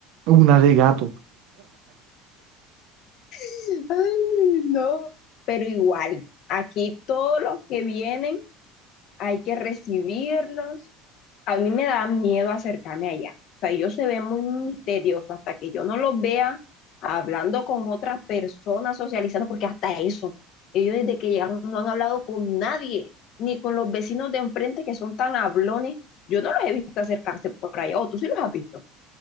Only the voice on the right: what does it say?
una de gato.